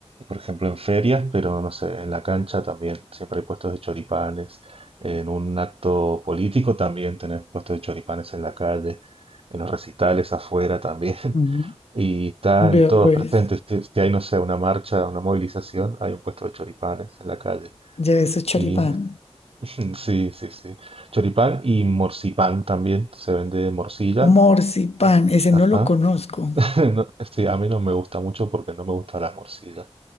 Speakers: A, on the right; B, on the left.
A: por ejemplo en ferias, pero no sé, en la cancha también, siempre hay puestos de choripanes, en un acto político también tenés puestos de choripanes en la calle, en los recitales afuera también, <laughs>
B: Ujú.
A: Y está
B: Veo
A: en todos
B: pues,
A: presentes. Si, si hay, no sé, una marcha, una movilización, hay un puesto de choripanes en la calle.
B: lleve ese choripán.
A: Y <laughs> sí, sí, sí. Choripán y morcipán también. Se vende morcilla.
B: Morcipán,
A: Eh,
B: ese
A: Ajá.
B: no lo conozco.
A: <laughs> No, sí, a mí no me gusta mucho porque no me gusta la morcilla.